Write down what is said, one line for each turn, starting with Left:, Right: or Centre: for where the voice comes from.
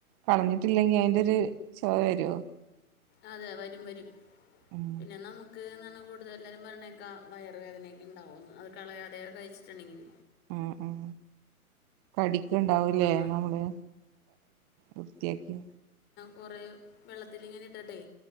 Right: കളഞ്ഞിട്ടില്ലെങ്കി അയിന്റെ ഒരു ചോവ വരുവോ
Left: അതെ വരും വരും
Right: ഉം
Left: പിന്നെ നമുക്ക് എന്നണ് കൂടുതൽ എല്ലരും പറയണ വയറ വേദനയൊക്കെ ഉണ്ടാവുന്ന് അത് കളയാതെയെ കഴിച്ചിട്ടുണ്ടെങ്കിൽ
Right: ഉം ഉം കടി ക്കെണ്ടാവൂലേ
Left: അപ്പം നമ്മൾ
Right: നമ്മള് വൃത്തിയാക്കി
Left: കൊറെ വെള്ളത്തിലിങ്ങനെ ഇട്ടട്ടെ